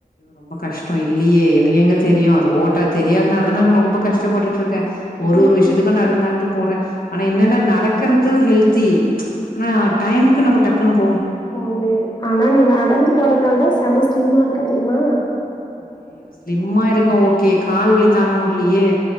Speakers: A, on the left; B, on the left.
A: ரொம்ப கஷ்டம் இல்லயே எனக்கு எங்க தெரியும் அது ஓட்ட தெரியாதுனால தான நா ரொம்ப கஷ்டப்பட்டுட்டு இருக்கேன் ஒரு
B: ம்
A: ஒரு விஷயத்துக்கும்
B: ம்
A: நடந்து நடந்து போறே ஆனா என்னன்ன நடக்கறது ஹெல்தி ஆனா டைமுக்கு நம்ம டக்குனும்
B: போ முடியாது ஆனா நீ நடந்து போறதால தான் செம ஸ்லிம்மா இருக்க தெரிமா
A: ஐய்யயோ ஸ்லிம்மா இருக்க ஓக்கே கால்வலி தாங்க முடிலயே